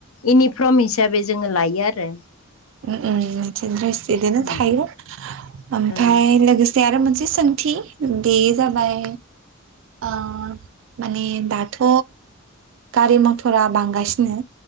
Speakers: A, on the left (about 80°); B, on the right (about 65°).
A: इउनिफर्म हिसाबै जोङो लायो आरो।
B: उम उम बिदिस बिदिनो
A: उम
B: थायो ओमफ्राय
A: उम
B: लोगोसे आरो मोनसे सोंथि दे जाबाय आ माने दाथ' गारि मथरा बांगासिनो